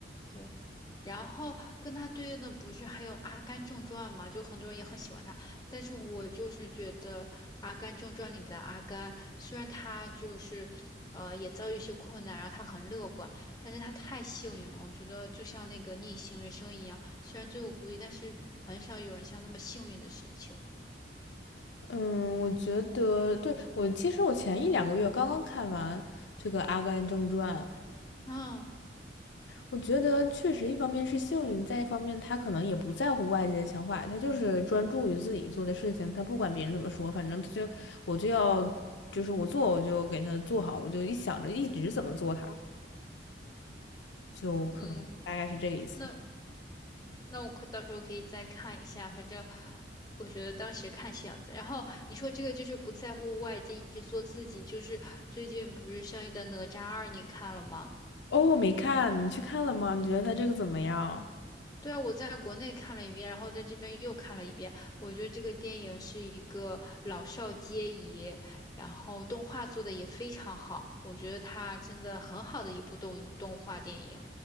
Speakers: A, on the left; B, on the left.
A: 对。然后跟他对应的不是还有《阿甘正传》嘛，就很多人也很喜欢他，但是我就是觉得《阿甘正传》里面的阿甘，虽然他就是，呃，也遭遇一些困难，然后他很乐观，但是他太幸运了。我觉得就像那个逆行人生一样，虽然最后孤立，但是很少有人像那么幸运的事情。
B: 嗯，我觉得对我其实我前一两个月刚刚看完这个《阿甘正传》，
A: 然
B: 我觉得确实，一方面是幸运，再一方面他可能也不在乎外界的想法，他就是专注于自己做的事情，他不管别人怎么说，反正他就我就要，就是我做我就给他做好，我就一想着一直怎么做他，就可能大概是这个意思。
A: 嗯，那那我可到时候可以再看一下，反正我觉得当时看是样子。然后你说这个就是不在乎外界，一直做自己，就是最近不是上映的《哪吒二》，你看了吗？
B: 哦，我没看，你去看了吗？你觉得他这个怎么样？
A: 对啊，我在国内看了一遍，然后在这边又看了一遍。我觉得这个电影是一个老少皆宜，然后动画做的也非常好，我觉得它真的很好的一部动动画电影。